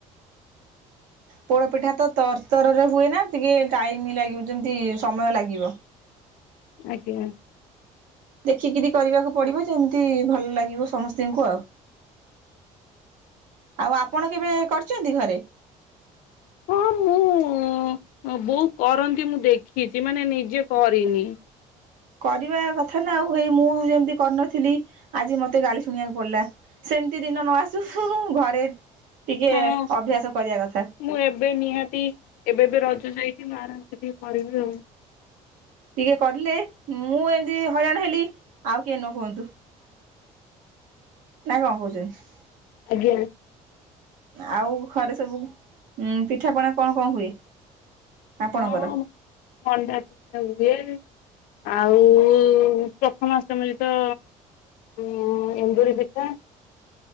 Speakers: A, on the left; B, on the right.
A: <unintelligible>
B: ପୋଡ ପିଠା ତ ତରତରରେ ହୁଏ ନା, ଟିକେ ଟାଇମ ଲାଗି ଯେମିତି ସମୟ ଲାଗିବ।
A: ଆଜ୍ଞା।
B: ଦେଖିକିରି କରିବାକୁ ପଡିବ, ଯେମିତି, ଭଲ ଲାଗିବ ସମସ୍ତିଙ୍କୁ ଆଉ। ଆଉ ଆପଣ କେବେ କରିଚନ୍ତି ଘରେ?
A: ହଁ ମୁଁ, ବୋଉ କରନ୍ତି ମୁଁ ଦେଖିଚି, ମାନେ ନିଜେ କରିନି।
B: କରିବା କଥା ନା ଆଉ, ହେଇ ମୁଁ ଯେମିତି କରିନଥିଲି, ଆଜି ମତେ ଗାଲି ଶୁଣିବାକୁ ପଡିଲା। ସେମିତି ଦିନ ନ ଆସୁ, ହୁଁ ହୁଁ, ଘରେ ଟିକେ
A: ହଁ
B: ଅଭ୍ୟାସ କରିବା କଥା।
A: ମୁଁ ଏବେ ନିହାତି, ଏବେ ଏବେ ରଜ ଯାଇଚି, ମୁଁ ଆରାମରେ ଟିକେ କରିବି ଆଉ।
B: ଟିକେ କଲେ, ମୁଁ ଏମିତି ହଇରାଣ ହେଲି, ଆଉ କିଏ ନ ହୁଅନ୍ତୁ। ନାଁ କଣ କହୁଚନ୍ତି?
A: ଆଜ୍ଞା।
B: ଆଉ ଘରେ ସବୁ, ଉଁ, ପିଠାପଣା କଣ କଣ ହୁଏ ଆପଣଙ୍କର?
A: ହଁ ମଣ୍ଡା ପିଠା ହୁଏ। ଆଉ ପ୍ରଥମାଷ୍ଟମୀରେ ତ ଉଁ ଉଁ ଏଣ୍ଡୁରି ପିଠା